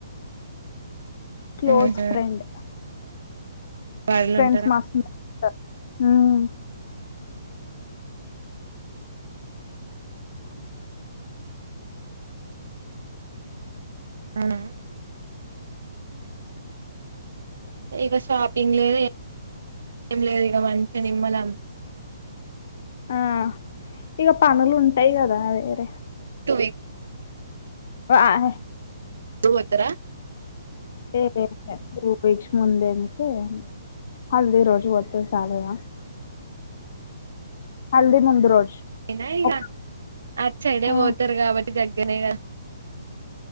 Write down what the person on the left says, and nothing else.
క్లోజ్
ఫ్రెండ్
ఫ్రెండ్స్
మస్తు ఉంటారు. ఉమ్
ఆ
ఇక పనులు ఉంటాయి కదా వేరే
వహే
ఏ టూ వీక్స్ ముందు వెళ్తే హల్ది రోజు పోతే చాలదా హల్ది ముందు రోజు
ఒక
ఆ